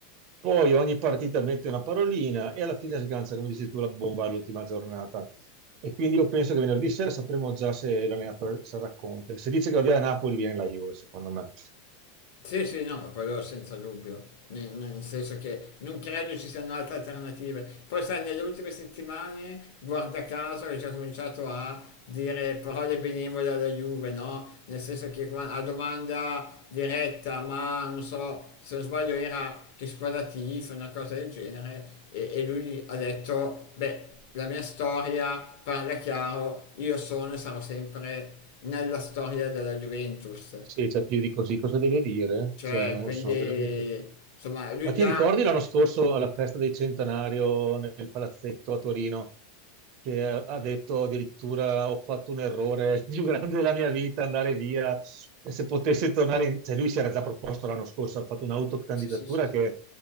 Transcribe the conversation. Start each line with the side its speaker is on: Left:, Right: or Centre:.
Right: Poi ogni partita mette una parolina e alla fine sgancia, come dici tu, la bomba all'ultima giornata. E quindi io penso che venerdì sera sapremo già se l'allenatore sarà Conte. Se dice che va via Napoli, viene la Juve, secondo me.
Left: Sì, sì, no, ma quello senza dubbio, ne- ne- nel senso che non credo ci siano altre alternative. Poi sai, nelle ultime settimane, guarda caso, hai già cominciato a dire parole benevole alla Juve, no? Nel senso che qua- a domanda diretta, ma non so, se non sbaglio era che squadra tifa, una cosa del genere, e, e lui ha detto, beh, la mia storia parla chiaro, io sono e sarò sempre nella storia della Juventus.
Right: Se c'è più di così, cosa deve dire?
Left: Cioè,
Right: Cioè, non
Left: quindi,
Right: lo so veramente.
Left: insomma, lui
Right: Ma ti
Left: già...
Right: ricordi l'anno scorso alla festa del centenario nel palazzetto a Torino che ha ha detto addirittura ho fatto un errore <laughs> più grande della mia vita andare via e se potessi tornare in... cioè lui si era già proposto l'anno scorso, ha fatto un'autocandidatura
Left: Sì, sì, sì, sì.
Right: che